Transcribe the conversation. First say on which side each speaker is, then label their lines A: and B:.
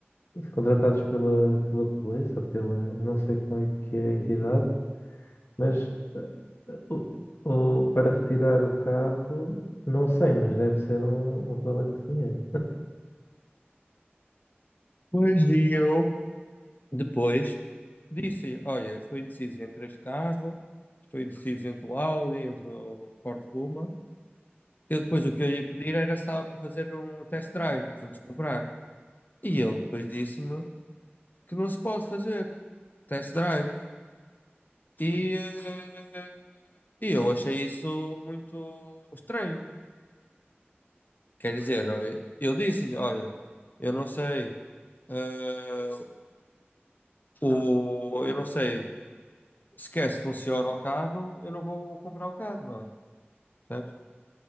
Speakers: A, on the left; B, on the left.
A: contratados pela, pela polícia, pela, eu não sei qual é que é a entidade, mas eh, o, o- para retirar o carro, não sei, mas deve ser um, um valente dinheiro.
B: Pois e eu. Depois disse: Olha, eu estou indeciso entre este carro, estou indeciso entre o Audi, entre o Ford Puma. Eu depois o que eu ia pedir era só para fazer um test drive antes de comprar. E ele depois disse-me que não se pode fazer test drive. E eh, E eu achei isso muito estranho. Quer dizer, eu eu disse, olha, eu não sei, eh, o, eu não sei sequer se funciona o carro, eu não vou comprar o carro, não é? Percebes?